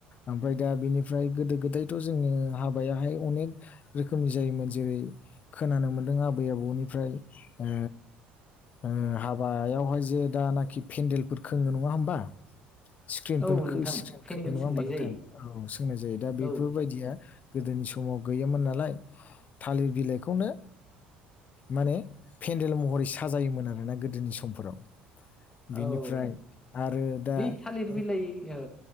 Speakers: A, on the left; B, on the left.
A: ओमफ्राय दा बिनिफ्राय गोदो गोदायथ जोङो हाबायाहाय अनेक रोखोमनि जायोमोन जेरै खोनानो मोन्दों आबै आबौनिफ्राय ओ ओ हाबायावहाय जे दानाखि पेन्देलफोर खोङो नङा होमबा स्क्रिनफोर
B: औ नोंथां
A: स्क्रिन
B: पेन्देल
A: खोङो नङा
B: सोंनाय
A: होमबा नोंथां
B: जायो
A: औ सोंनाय जायो दा बेफोरबायदिया
B: औ
A: गोदोनि समाव गैयामोन नालाय थालिर बिलाइखौनो माने पेन्देल महरै साजायोमोन आरोना गोदोनि समफोराव बेनिफ्राय
B: औ
A: आरो दा
B: बै थालिर
A: ओ
B: बिलाइ ओ